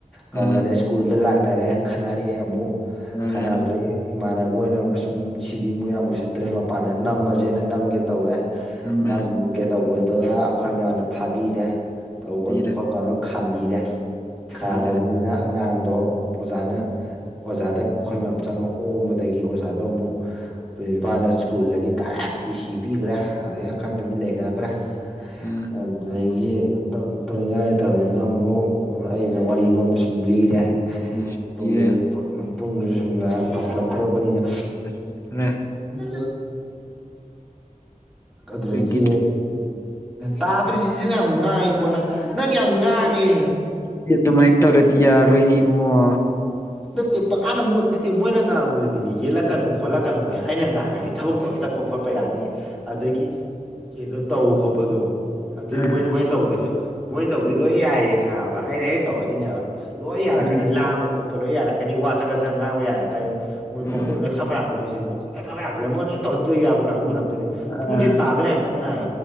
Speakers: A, in the centre; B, on the left.
A: ꯀꯧꯅꯔꯦ
B: ꯑ
A: ꯁ꯭ꯀꯨꯜꯗ ꯂꯥꯛꯅꯔꯦ ꯈꯅꯔꯛꯑꯦ ꯑꯃꯨꯛ
B: ꯂꯩꯔꯦ
A: ꯈꯅꯕꯗ ꯏꯃꯥꯟꯅꯕ ꯃꯣꯏꯅ ꯑꯃ ꯁꯤꯗꯤ ꯃꯣꯏ ꯌꯥꯝꯕꯨ ꯁꯤꯠꯇ꯭ꯔꯦ ꯃꯄꯥꯟꯗ ꯅꯝꯃꯁꯦꯅ ꯅꯝꯒꯦ ꯇꯧꯔꯦ
B: ꯅꯝꯃꯦ
A: ꯅꯝꯒꯦ ꯇꯧꯒꯦ ꯇꯧ ꯑꯩꯈꯣꯏ ꯃꯌꯥꯝꯅ ꯐꯥꯕꯤꯔꯦ ꯇꯧꯒꯅꯨ
B: ꯄꯤꯔꯦ
A: ꯈꯣꯠꯀꯅꯨ ꯊꯝꯕꯤꯔꯦ
B: ꯊꯝꯕꯤꯔꯦ
A: ꯈꯔꯃꯕꯅꯤꯅꯤꯅ ꯑꯉꯥꯡꯗꯣ ꯑꯣꯖꯥꯅ
B: ꯑ
A: ꯑꯣꯖꯥꯗ ꯑꯩꯈꯣꯏ ꯃꯌꯥꯝ ꯆꯪꯉꯛ ꯑꯣꯝꯕꯗꯒꯤ ꯑꯣꯖꯥꯗ ꯑꯃꯨꯛ ꯄ꯭ꯔꯤꯟꯁꯤꯄꯥꯜꯅ ꯁ꯭ꯀꯨꯜꯗꯒꯤ ꯗꯥꯏꯔꯦꯛ ꯇꯤꯊꯤ ꯄꯤꯈ꯭ꯔꯦ ꯑꯗꯒꯤ ꯈꯛꯇꯃꯤ
B: ꯑ
A: ꯂꯩꯅꯈ꯭ꯔꯦ
B: ꯑ
A: ꯑꯗꯨꯗꯒꯤ ꯇꯧꯅꯤꯡꯉꯥꯏꯇꯧꯕꯅꯤꯅ ꯑꯃꯨꯛ ꯑꯩꯅ ꯋꯥꯔꯤ ꯂꯣꯟꯗ ꯁꯨꯝ ꯂꯤꯔꯦ
B: ꯅꯤꯁꯤꯡꯕꯤꯔꯦ
A: ꯄꯨꯡꯁꯤ ꯄꯨꯡꯁꯤ ꯁꯨꯝ ꯐꯁꯂꯛꯇꯧꯛꯄꯅꯤꯅ
B: ꯑ ꯐꯔꯦ
A: ꯎ ꯑꯗꯨꯗꯒꯤ
B: ꯑꯗꯒꯤ
A: ꯇꯥꯗ꯭ꯔꯤꯁꯤꯁꯤꯅ ꯌꯥꯝ ꯉꯥꯡꯉꯤꯀꯣꯅ ꯅꯪ ꯌꯥꯝ ꯉꯥꯡꯉꯤ
B: ꯁꯤ ꯑꯗꯨꯃꯥꯏꯅ ꯇꯧꯔꯗꯤ ꯌꯥꯔꯣꯏꯅꯤ ꯏꯕꯨꯡꯉꯣ
A: ꯅꯠꯇꯦ ꯄꯪꯀꯥꯟꯗ ꯃꯨꯠ ꯅꯠꯇꯦ ꯃꯣꯏꯅ ꯉꯥꯡꯕꯗꯨꯗꯗꯤꯅꯤ ꯌꯦꯠꯂꯛꯀꯅꯨ ꯈꯣꯠꯂꯛꯀꯅꯨ ꯍꯥꯏ ꯑꯩꯅ ꯉꯥꯡꯉꯒꯗꯤ ꯑꯩ ꯊꯕꯛꯇ ꯇꯧꯔ ꯆꯠꯄ ꯈꯣꯠꯄ ꯌꯥꯅꯤ ꯑꯗꯒꯤ ꯀꯩꯅꯣ ꯇꯧꯕ ꯈꯣꯠꯄꯗꯣ ꯑꯗꯨꯏ
B: ꯑ
A: ꯃꯣꯏ ꯃꯣꯏꯅ ꯇꯧꯕꯗꯗꯤ ꯃꯣꯏꯅ ꯇꯧꯕꯗꯤ ꯂꯣꯏ ꯌꯥꯏꯌꯦ ꯈꯥꯉꯕ ꯑꯩꯅ ꯍꯦꯛ ꯇꯧꯔꯗꯤꯅꯦꯕ ꯂꯣꯏ
B: ꯑ
A: ꯌꯥꯔꯛꯀꯅꯤ ꯂꯥꯡꯕ ꯈꯣꯠꯄ ꯂꯣꯏ ꯌꯥꯔꯛꯀꯅꯤ ꯋꯥ ꯆꯪꯒ ꯆꯠ ꯉꯥꯡꯕ ꯌꯥꯔꯛꯀꯅꯤ ꯃꯣꯏ
B: ꯑ
A: ꯃꯀꯣꯠ ꯂꯩꯦꯛ ꯈꯥꯕ ꯌꯥꯥꯛꯇꯣꯏꯅꯤꯁꯦ ꯃꯈꯀꯣꯠ ꯂꯩꯦ ꯈꯥꯄ ꯌꯥꯥꯛꯇ꯭ꯔꯅꯤ ꯃꯣꯏ ꯂꯣꯏ ꯇꯧꯣꯏ ꯌꯥꯕ ꯀꯥꯡꯕꯨ ꯉꯥꯛꯇꯅꯤ
B: ꯑ ꯑ
A: ꯄꯨꯡꯁꯦ ꯇ ꯑꯗꯨꯕꯅꯦꯇꯪ ꯉꯥꯏꯦ